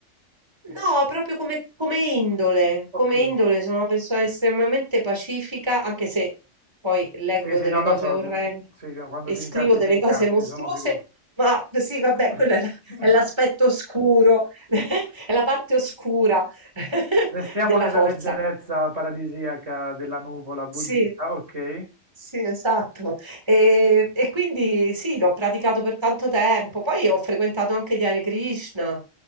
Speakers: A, on the right (about 20°); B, on the right (about 65°).
A: No, proprio come, come indole,
B: Ok.
A: come indole sono una persona estremamente pacifica, anche se poi leggo
B: Sì, sì,
A: delle
B: non
A: cose
B: lo so,
A: orrende
B: che, sì, che quando
A: e
B: ti
A: scrivo
B: incazzi
A: delle
B: ti incazzi,
A: cose mostruose,
B: sono sicuro.
A: ma sì, vabbè,
B: <laughs>
A: quello è la- è l'aspetto oscuro, <laughs> è la parte oscura <laughs>
B: Restiamo
A: della
B: nella
A: forza.
B: leggerezza paradisiaca della nuvola buddista,
A: Sì.
B: ok?
A: Sì, esatto. E, e quindi sì, l'ho praticato per tanto tempo. Poi ho frequentato anche gli Hare Krishna